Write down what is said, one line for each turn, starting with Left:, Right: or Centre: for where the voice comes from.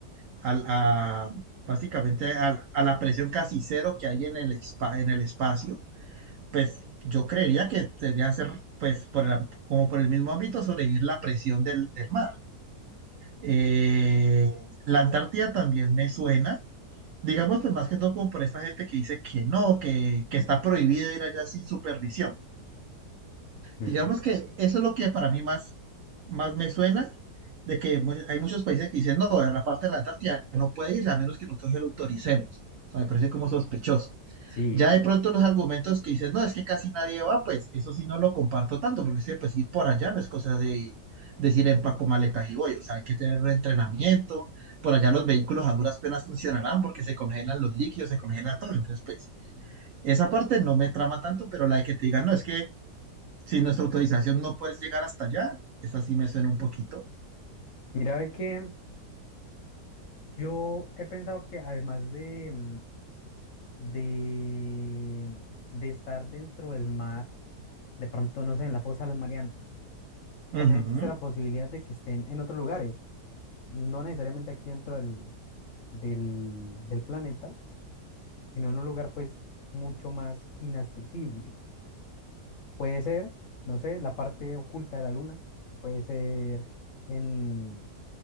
Right: al- a, básicamente a, a la presión casi cero que hay en el, expa- en el espacio, pues yo creería que debería ser, pues, por la- como por el mismo ámbito, sobrevivir la presión del, del mar. Eh, la Antártida también me suena, digamos, pues más que todo como por esta gente que dice que no, que, que está prohibido ir allá sin supervisión.
Left: Ujú.
Right: Digamos que eso es lo que para mí más, más me suena, de que mu- hay muchos países que dicen, no, a la parte de la Antártida no puede ir a menos que nosotros se lo autoricemos. O sea, me parece como sospechoso.
Left: Sí.
Right: Ya de pronto los argumentos que dicen, no, es que casi nadie va, pues eso sí no lo comparto tanto, porque sí, pues sí, por allá no es cosa de decir empaco maletas y voy, o sea, hay que tener un entrenamiento, por allá los vehículos a duras penas funcionarán porque se congelan los líquidos, se congela todo, entonces pues esa parte no me trama tanto, pero la de que te digan, no, es que sin nuestra autorización no puedes llegar hasta allá, esa sí me suena un poquito.
Left: Mira, ve que Yo he pensado que además de, mm, de, de estar dentro del mar, de pronto, no sé, en la fosa de las Marianas,
Right: Ujú,
Left: también existe la posibilidad de que estén en otros lugares, no necesariamente aquí dentro del, del, del planeta, sino en un lugar pues mucho más inaccesible. Puede ser, no sé, la parte oculta de la luna, puede ser en,